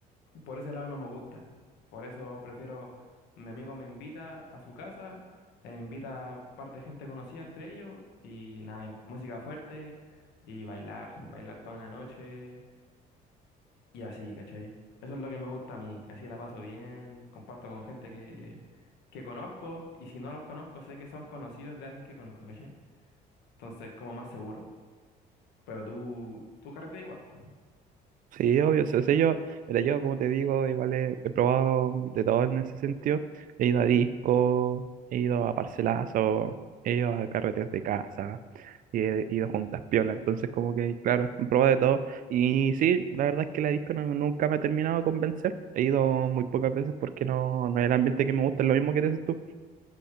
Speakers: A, on the left; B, on the right.
A: por ese lado no me gusta. Por eso prefiero, mi amigo me invita a su casa, eh, invita a un par de gente conocida entre ellos y nada, eh, música fuerte y bailar, bailar toda la noche y así, ¿cachai? Eso es lo que me gusta a mí, así la paso bien, comparto con gente que, que conozco y si no los conozco sé que son conocidos de alguien que conozco, ¿cachai? Entonces como más seguro. Pero tú, tú carreteas igual, pues.
B: Sí, obvio. sí, O sea, yo, mira, yo como te digo, igual he, he probado de todo en ese sentido. He ido a disco, he ido a parcelazo, he ido a carreteras de casa, y he ido a juntas piola. Entonces, como que, claro, he probado de todo. Y sí, la verdad es que la disco no- nunca me ha terminado de convencer. He ido muy pocas veces porque no, no es el ambiente que me gusta, es lo mismo que dices tú.